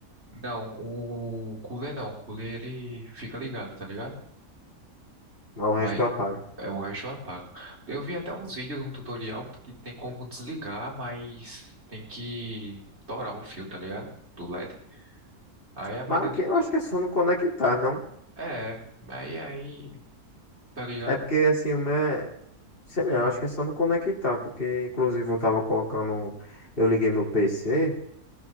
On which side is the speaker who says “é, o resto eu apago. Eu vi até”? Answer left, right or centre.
Right